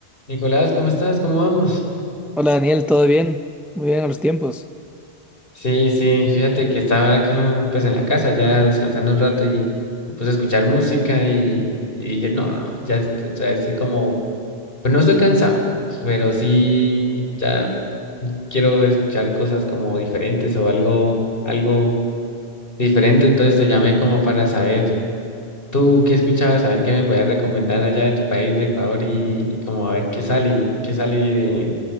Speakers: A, on the left; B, in the centre.
A: Nicolás, ¿cómo estás? ¿Cómo vamos?
B: Hola Daniel, ¿todo bien? Muy bien a los tiempos.
A: Sí, sí, fíjate que estaba acá pues en la casa ya descansando un rato y me puse a escuchar música y, y dije, no, ya estoy, o sea, estoy como, pues no estoy cansado, pero sí ya quiero escuchar cosas como diferentes o algo, algo diferente, entonces te llamé como para saber tú qué escuchabas, saber qué me podías recomendar allá de tu país, de Ecuador y, y como a ver qué sale, qué sale